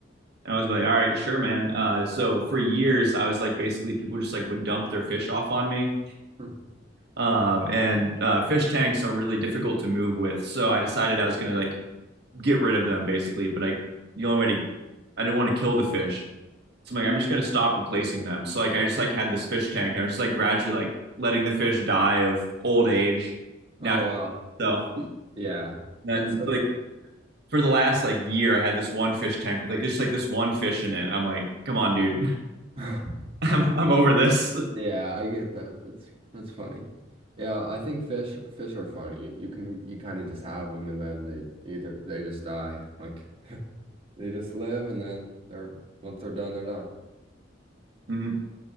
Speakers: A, on the right (about 60°); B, on the right (about 30°).
A: And I was like, "All right, sure, man." Uh, so for years, I was like, basically, people just like would dump their fish off on me
B: <laughs>
A: Um, and uh, fish tanks are really difficult to move with. So I decided I was gonna like get rid of them basically, but I the only way to I didn't want to kill the fish. So I'm like, I'm just gonna stop replacing them. So like I just like had this fish tank. I was just like gradually like letting the fish die of old age, natural
B: Oh wow,
A: stuff.
B: yeah.
A: Then
B: That's that's.
A: like for the last like year, I had this one fish tank with like just like this one fish in it. I'm like, come on, dude,
B: <laughs>
A: <laughs> I'm I'm over this.
B: Yeah, I get that. That's that's funny. Yeah, I think fish fish are funny. You, you can you kind of just have them and then they either they just die. Like <laughs> they just live and then they're once they're done, they're done.
A: hmm